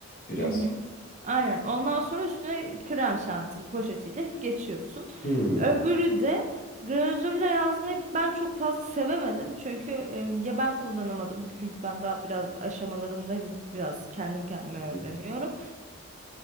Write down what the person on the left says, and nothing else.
Biraz.
Hmm.
Hı
hı,